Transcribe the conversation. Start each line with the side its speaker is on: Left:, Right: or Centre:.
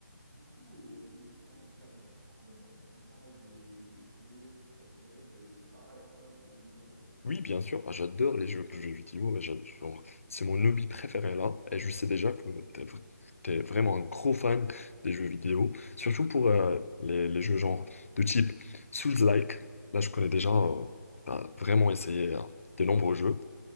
Right: Du coup, euh, mon cher ami, j'avais trop envie qu'on parle de, de jeux vidéo. Est-ce que ça te dirait de, de parler avec moi de jeux vidéo?
Left: Oui, bien sûr, Ah, j'adore les jeux, les jeux vidéo, et j'ad- genre, c'est mon hobby préféré là, et je sais déjà que t'es, vr- t'es vraiment un gros fan des jeux vidéo, surtout pour euh, les, les jeux genre de type Souls-like, là je connais déjà, euh, t'as vraiment essayé euh, de nombreux jeux,